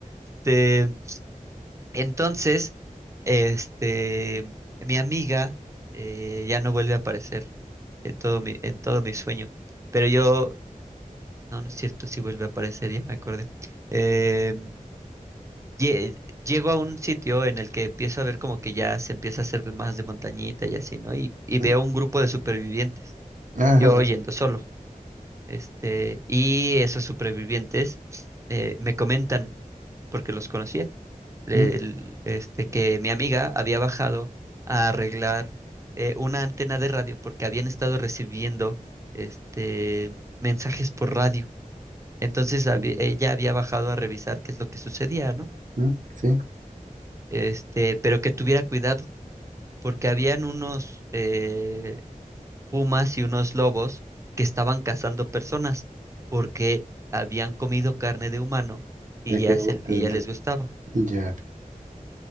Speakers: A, on the right; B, on the right.
A: Este, Entonces, este, mi amiga eh, ya no vuelve a aparecer en todo mi, en todo mi sueño. Pero yo, no, no es cierto, sí vuelve a aparecer, ya me acordé. Em, lle- llego a un sitio en el que empiezo a ver como que ya se empieza a hacer más de montañita y así, ¿no? Y, y
B: sí.
A: veo
B: ¿Mm?
A: un grupo de supervivientes,
B: Ah,
A: yo yendo solo. Este, y esos supervivientes eh, me comentan, porque los conocía el-
B: ¿mm?
A: este, que mi amiga había bajado a arreglar eh, una antena de radio porque habían estado recibiendo este, mensajes por radio. Entonces habí-
B: ¿Mm?
A: ella había bajado a revisar qué es lo que sucedía, ¿no?
B: ¿Mm? Sí,
A: Este, pero que tuviera cuidado porque habían unos eh, pumas y unos lobos que estaban cazando personas porque habían comido carne de humano y
B: es
A: ya,
B: que me
A: se-
B: gusta
A: y
B: tanto.
A: ya les gustaba.
B: Ya.